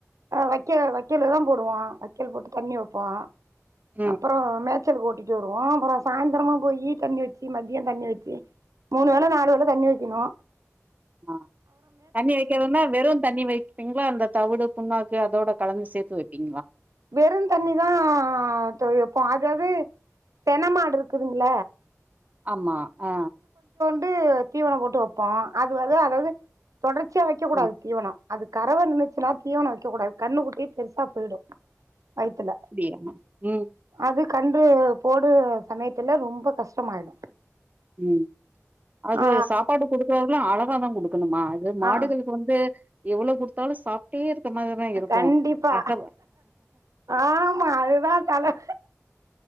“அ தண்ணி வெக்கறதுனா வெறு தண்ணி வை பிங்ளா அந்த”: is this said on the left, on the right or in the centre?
Right